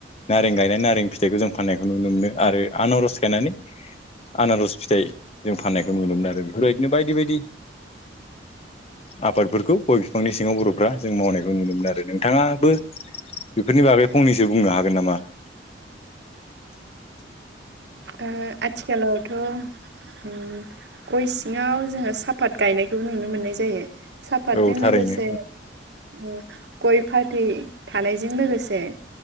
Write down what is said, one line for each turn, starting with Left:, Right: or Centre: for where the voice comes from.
Left: नारें गायनाय नारें फिथाइखौ जों फाननायखौ नुनो मोनो आरो आनारज गायनानै आनारस फिथाइ जों फाननायखौ नुनो मोनो आरो बेफोरबायदिनो बायदि बायदि आफादफोरखौ गय बि फांनि सिङाव बर'फ्रा जों मावनायखौ नुनो मोनमोन आरो नोंथाङाबो बेफोरनि बागै फंनैसो बुंनो हागोन नामा <inaudible>
Right: ओ आथिखालावथ' ओम गय सिङांव जोंङो साफात गायनायखौ नुनो मोननाय जायो साफातजों
Left: औ थारैनो
Right: लोगोसे ओम गय फथै थानायजों लोगोसे